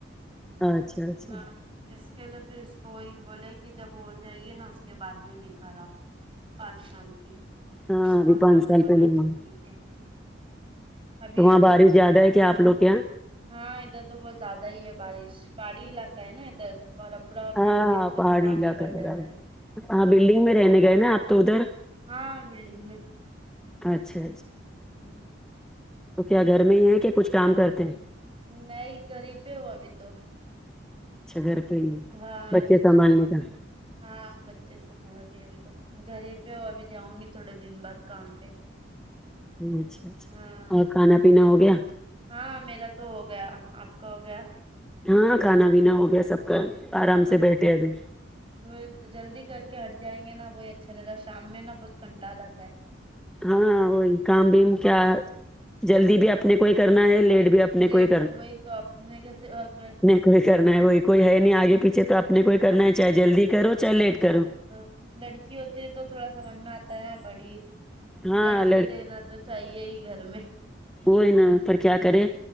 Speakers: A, in the centre; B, on the right.
A: اچھا اچھا
B: ہاں اس کے لیے پھر اس کو وہی بولے کہ جب وہ ہو جائے گی نا اس کے بعد میں لے کر اؤ پانچ سال ج
A: ہاں
B: تو
A: ابھی
B: ہم
A: پانچ
B: لوگ
A: سال
B: نے بولے
A: پہلے
B: اچھا
A: ہوا
B: ٹھیک ہے ابھی
A: تو وہاں
B: ادھر
A: بارش زیادہ ہے کیا آپ لوگ کے یہاں
B: ہاں ادھر تو بہت زیادہ ہی ہے بارش پہاڑی علاقہ ہے نا ادھر اور پورا
A: ہاں
B: بلڈنگ کے نیچے
A: پہاڑی
B: تو پانی
A: علاقہ
B: بھر
A: برابر
B: جاتا ہے
A: ہاں بلڈنگ میں رہنے گئے نا آپ تو ادھر
B: ہاں بلڈنگ میں
A: اچھا اچھا
B: ہوں
A: تو کیا گھر میں ہی ہے کہ کچھ کام کرتے ہیں
B: نی گھر ہی پے ہوں ابھی تو
A: اچھا گھر پہ ہی
B: ہاں
A: بچے
B: ابھی
A: سنبھالنے
B: تو
A: کا
B: ہاں بچے سنبھال رہے ابھی تو گھر ہی پہ ہو ابھی جاؤں گی تھوڑے دن بعد کام پہ
A: اچھا اچھا
B: ہاں
A: اور کھانا پینا ہو گیا
B: ہاں میرا تو ہو گیا آپ کا ہو گیا
A: ہاں کھانا پینا ہو گیا سب کا آرام
B: ہاں
A: سے بیٹھے ابھی
B: وہ جلدی کر کے ہٹ جائیں گے نا وہی اچھا رہتا ہے شام میں نا بہت کنٹال آتا ہے
A: ہاں وہی کام بھی کیا جلدی بھی اپنے کو ہی کرنا ہے لیٹ بھی اپنے
B: لیٹ
A: کو ہی
B: بھی ہوئی تو اپنے کیسے وہاں پ
A: کوئی کرنا ہے وہی کوئی ہے نہیں آگے پیچھے تو اپنے کوئی کرنا ہے چاہے جلدی کرو چاہے لیٹ کرو
B: تو لڑکی ہوتی ہے تو تھوڑا سمجھ میں آتا ہے بڑی
A: ہاں
B: لڑکی رہنا تو چاہیے ہی گھر میں
A: وہ ہی نا پر کیا کرے